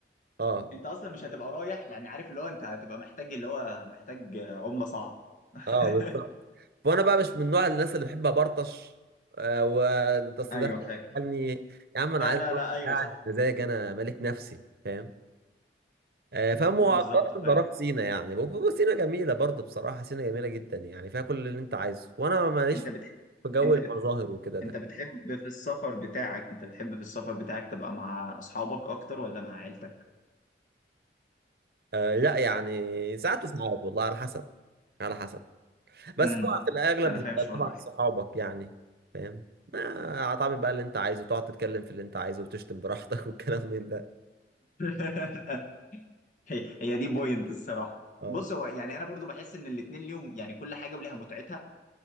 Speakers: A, on the right; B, on the left.
A: اه
B: انت اصلا مش هتبقى رايح يعني عارف اللي هو انت هتبقى محتاج اللي هو محتاج عمله صعب <laughs>
A: اه بالظبط وانا بقى مش من نوع الناس اللي بحب ابرطش آه و اصل
B: ايوه
A: ده
B: فاهم
A: يعني يا عم انا
B: لا
A: عايز
B: لا
A: اروح
B: لا ايوه
A: قاعد
B: صح
A: مزاج انا ملك نفسي فاهم آه فمؤخرا
B: بالظبط فاهم
A: بروح سينا يعني ب- ب- سينا جميله برضه بصراحه سينا جميله جدا يعني فيها كل اللي انت عايزه وانا ماليش
B: انت
A: في
B: بتح...
A: جو
B: انت
A: المظاهر
B: بت...
A: وكده
B: انت بتحب في السفر بتاعك انت بتحب في السفر بتاعك تبقى مع اصحابك اكتر ولا مع عيلتك
A: آه لا يعني ساعات وساعات والله على حسب على حسب بس
B: امم
A: طبعا في الاغلب
B: انا
A: بتبقى
B: فاهم الشعور
A: طبعا صحابك يعني فاهم آه، هتعمل بقى اللي انت عايزه تقعد تتكلم في اللي انت عايزه وتشتم براحتك <laughs> والكلام من ده
B: ده <laughs> هي هي دي بوينت الصراحه
A: اه
B: بص هو يعني انا برضو بحس ان الاتنين ليهم يعني كل حاجه وليها متعتها